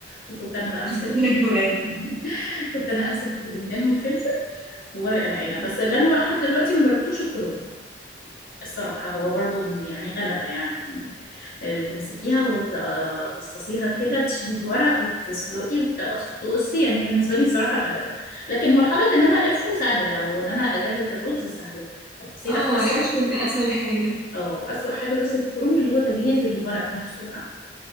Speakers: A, on the left; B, in the centre.
A: وكنت انا بقى امسك
B: وانا
A: ال-
B: كمان
A: <laughs> كنت انا امسك البدنجان والفلفل وورق العنب بس اللي انا بقى لحد دلوقتي ما جربتوش الكرنب الصراحه هو برضو يعني غلبه يعني آه، تمسكيها وتفصصيها كده تشيلي الورق وتسلقي وتقصي يعني هي بالنسبه لي صراحه غلبه لكن مرحله ان انا الفه سهله وان انا اجهز الرز سهله بس هي
B: اه هو
A: اسوأ
B: الحشو ده اسهل حاجه
A: اه اسوأ حاجه بس في الكرنب اللي هو تجهيز الورق نفسه